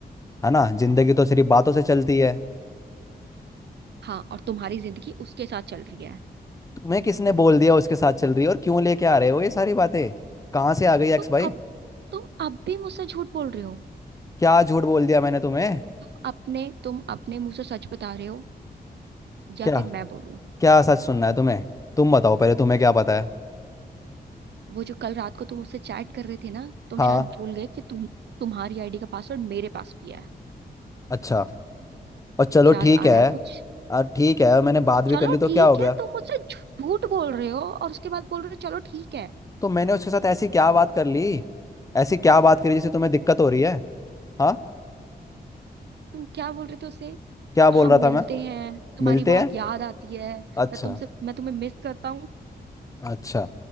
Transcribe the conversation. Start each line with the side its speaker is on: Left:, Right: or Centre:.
Left: है ना जिंदगी तो सिर्फ बातों से चलती है
Right: हाँ और तुम्हारी जिंदगी उसके साथ चल रही है
Left: मैं किसने बोल दिया उसके साथ चल रही है और क्यों लेके आ रहे हो ये सारी बातें कहाँ से आ गई एक्स
Right: तुम
Left: भाई
Right: अब तुम अब भी मुझसे झूठ बोल रहे हो
Left: क्या झूठ बोल दिया मैंने तुम्हें
Right: तुम अपने तुम अपने मुंह से सच बता रहे हो या
Left: क्या
Right: फिर मैं बोलूं
Left: क्या सच सुनना है तुम्हें तुम बताओ पहले तुम्हें क्या पता है
Right: वो जो कल रात को तुम उससे चैट कर रहे थे ना तुम
Left: हाँ
Right: शायद भूल गए कि तुम तुम्हारी आईडी का पासवर्ड मेरे पास भी है
Left: अच्छा और चलो
Right: याद
Left: ठीक है
Right: आया कुछ
Left: और ठीक है और मैंने बात भी
Right: चलो
Left: कर ली तो
Right: ठीक
Left: क्या हो गया
Right: है तुम मुझसे झूठ बोल रहे हो और उसके बाद बोल रहे हो चलो ठीक है
Left: तो मैंने उसके साथ ऐसी क्या बात कर ली ऐसी क्या बात करी जिससे तुम्हें दिक्कत हो रही है हाँ
Right: तुम क्या बोल रहे थे उसे
Left: क्या बोल
Right: हम
Left: रहा
Right: मिलते
Left: था मैं
Right: हैं तुम्हारी
Left: मिलते
Right: बहुत
Left: हैं
Right: याद आती है मैं
Left: अच्छा
Right: तुमसे मैं तुम्हें मिस करता हूँ
Left: अच्छा